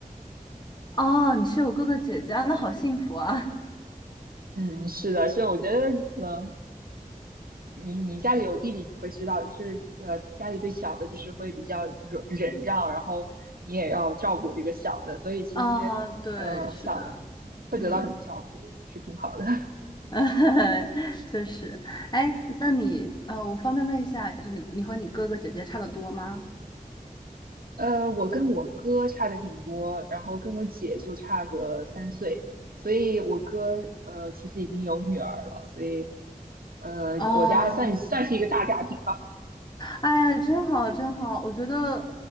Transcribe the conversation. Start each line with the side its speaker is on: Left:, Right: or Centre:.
Left: 哦，你是有哥哥姐姐啊，那好幸福啊！
Right: 嗯，是的，所以我觉得你可能你你家里有弟弟，你会知道，就是呃，家里对小的就是会比较忍忍让，然后你也要照顾这个小的，所以其实是呃小
Left: <laughs> 啊，对，是的，
Right: 会得到很多照顾，
Left: 嗯。
Right: 是挺好的。<laughs>
Left: <laughs> 确实，哎，那你呃，我方便问一下，就你你和你哥哥姐姐差的多吗？
Right: 呃，我跟我哥差的挺多，然后跟我姐就差个三岁，所以我哥呃其实已经有女儿了，所以呃我家算算是一个大家庭吧，
Left: 哦，哎呀，真好，真好，我觉得，